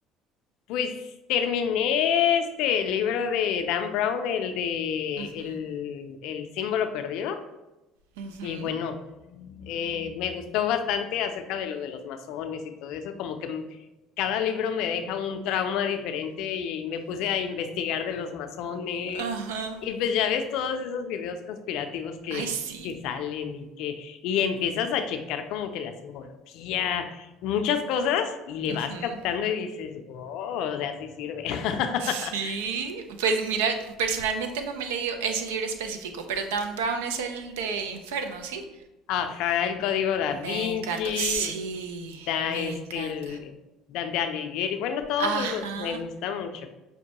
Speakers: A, on the left; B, on the right.
A: Pues terminé este libro de Dan Brown, el de
B: Ujú,
A: el, el símbolo perdido.
B: ujú.
A: Y bueno, Eh, me gustó bastante acerca de lo de los masones y todo eso, como que cada libro me deja un trauma diferente y me puse a investigar de los masones
B: Ajá.
A: y pues ya ves todos esos videos conspirativos que,
B: Ay, sí.
A: que salen y que y empiezas a checar como que la simbología, muchas cosas y le
B: Ujú.
A: vas captando y dices, wow, o sea, sí sirve. <laughs>
B: Sí. Pues mira, personalmente no me he leído ese libro específico, pero Dan Brown es el de Inferno, ¿sí?
A: Ajá, el código da
B: Me
A: Vinci,
B: encanta. Sí,
A: da
B: me
A: este
B: encanta.
A: el Dante Alighieri, bueno, todos
B: Ajá.
A: esos me gustan mucho.